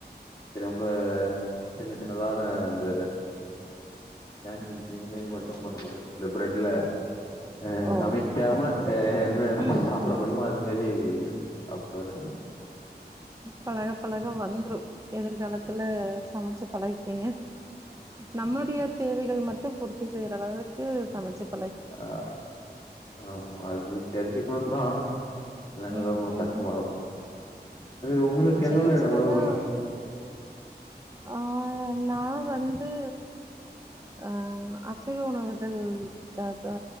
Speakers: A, on the left; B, on the right.
A: திரும்ப சின்ன சின்னதான இந்த சேண்விச்சு இதுமாரி மட்டு பண்றது செலிப்ரேட் இல்ல அ
B: ஓ
A: சமைக்காம
B: சரி சரிங்க
A: ஏ என்ன
B: ம்
A: சாப்புட
B: ம்
A: முடியுமோ அது மாரி அப்போரென்ன
B: பழக பழக வந்துரும் எதுர்காலத்துல சமைச்சு பழகிக்கெங்க நம்மளோட் டிய தேவைகள் மட்டும் பூர்த்தி செய்யனு அதாவது க்கு சமச்சுப்
A: அ ஆமா அது தெரிஞ்சுக்கணுந்தா நல்ல
B: ம்
A: ரொம்ப
B: ம்
A: கஷ்டமா இருந்துருக் இது உங்களுக்கு
B: சின்ன
A: என்ன மேடம்
B: சின்னதா
A: உணவுக்கள்ள
B: ஆ நா வந்து அ அசைவ உணவுகள் த ப